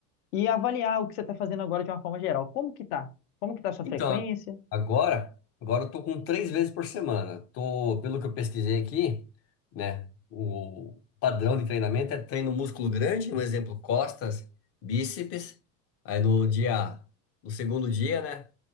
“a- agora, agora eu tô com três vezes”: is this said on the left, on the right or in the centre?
Left